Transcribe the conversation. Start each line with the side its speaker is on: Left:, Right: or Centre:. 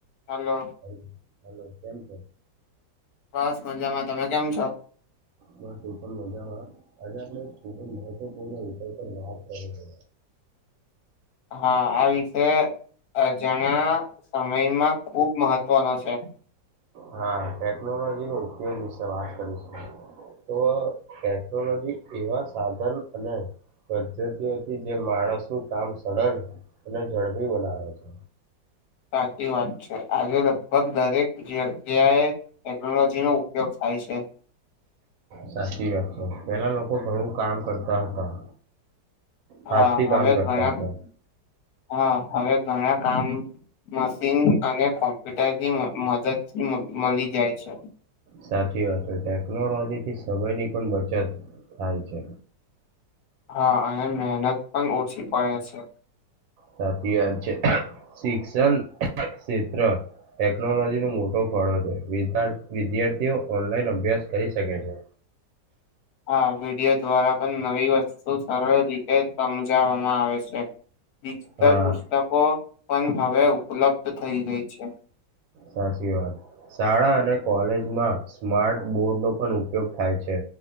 Left: હાલો!
Right: Hello hello કેમ છો
Left: બસ મજામાં. તમે કેમ છો?
Right: બસ હું પણ મજામાં આજે આપણે ખૂબ જ મહત્વપૂર્ણ વિષય પર વાત કરી છે.
Left: હા, આ વિશે. અજાણા સમયમાં ખુબ મહત્વનો છે.
Right: હા ટેકનોલોજી નો ઉપયોગ વિશે વાત કરીશું. તો ટેકનોલોજી એવા સાધન અને પદ્ધતિઓથી જે માણસનું કામ સરળ અને ઝડપી બનાવે છે.
Left: સાચી વાત છે. આજે લગભગ દરેક ઘેર જ્યા એ ટેકનોલોજી નો ઉપયોગ થાય છે.
Right: સાચી વાત છે, પેલા લોકો ઘણું કામ કરતા હતા.
Left: હા,
Right: હાથથી
Left: હવે
Right: કામ કરતા
Left: ઘણા
Right: હતા
Left: હા હવે ઘણા કામ મશીન અને કોમ્પ્યુટર થી મદદથી મળી જાય છે.
Right: સાચી વાત છે ટેકનોલોજી થી સમયની પણ બચત થાય છે.
Left: હા, અને મહેનત પણ ઓછી પડે છે.
Right: સાચી વાદ છે શિક્ષણ ક્ષેત્ર ટેકનોલોજી નો મોટો ફાળો વિદ્યાર્થીઓ ઓનલાઈન અભ્યાસ કરી શકે છે.
Left: હા, વિડીયો દ્વારા પણ નવી વસ્તુ સરળ રીતે સમજવામાં આવે છે. ડિજિટલ
Right: હા
Left: પુસ્તકો પણ હવે ઉ ઉપલબ્ધ થઈ ગઈ છે.
Right: સાચી વાત શાળા અને કોલેજમાં સ્માર્ટ બોર્ડ નો પણ ઉપયોગ થાય છે.